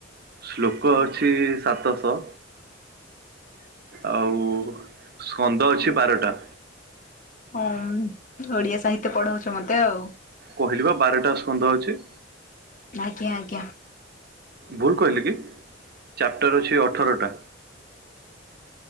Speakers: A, on the right (about 55°); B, on the left (about 40°).
A: ଶ୍ଲୋକ ଅଛି ସାତଶ ଆଉ ସ୍କନ୍ଦ ଅଛି ବାରଟା।
B: ହୁଁ ଓଡିଆ ସାହିତ୍ୟ ପଢଉଛୁ ମତେ ଆଉ।
A: କହିଲିବା ବାରଟା ସ୍କନ୍ଧ ଅଛି।
B: ଆଜ୍ଞା ଆଜ୍ଞା।
A: ଭୁଲ୍ କହିଲି କି ଚାପ୍ଟର ଅଛି ଅଠରଟା।